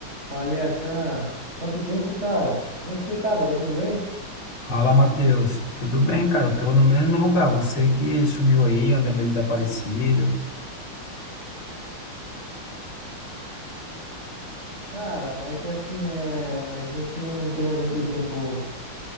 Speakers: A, on the right; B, on the left.
A: Falei, Atan, quanto tempo, cara? Por onde você tava? Tá tudo bem?
B: Fala, Matheus. Tudo bem, cara? Eu tô no mesmo lugar. Você que sumiu aí, anda meio desaparecido.
A: Cara, é que assim, é, a gente não tem mais aquele tempo,